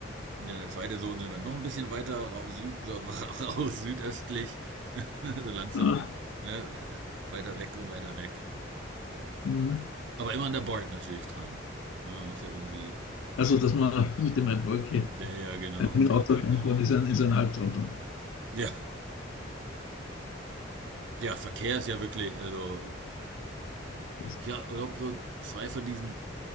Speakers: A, on the right; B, on the left.
A: Und dann der zweite Sohn sind wir noch ein bisschen weiter raus, süd, so, raus südöstlich, <laughs> so langsam
B: Ah,
A: ne, weiter weg und weiter weg.
B: mhm.
A: Aber immer an der Board natürlich dran. Ja, man muss ja irgendwie.
B: also, dass man mit dem Ein- okay,
A: Ja, ja, genau.
B: mit dem Auto reinfahren
A: Ja.
B: ist ein, ist ein Albtraum dann.
A: ja, ja, Verkehr ist ja wirklich, also
B: Das,
A: Ja, ich glaube, so zwei von diesen